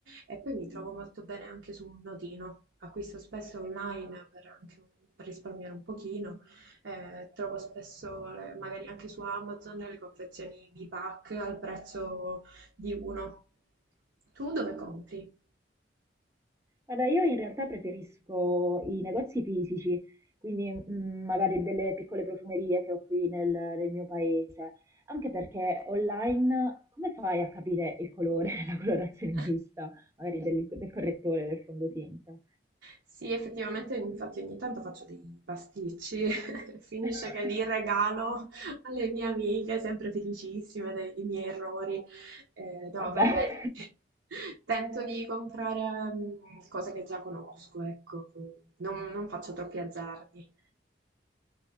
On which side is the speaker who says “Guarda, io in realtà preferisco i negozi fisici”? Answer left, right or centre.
Right